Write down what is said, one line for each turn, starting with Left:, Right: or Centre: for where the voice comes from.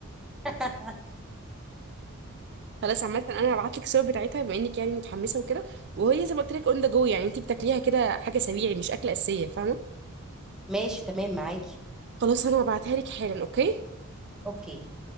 Centre: <laughs>
Right: خلاص عامة انا هبعت لك الصور بتاعتها بما انك يعني متحمسة وكده وهي زي ما قلت لك اون ذا جو يعني انت بتاكليها كده حاجة سريعة مش أكلة أساسية فاهمة
Centre: ماشي تمام معاكي
Right: خلاص انا هبعتها لك حالا اوكي
Centre: اوكي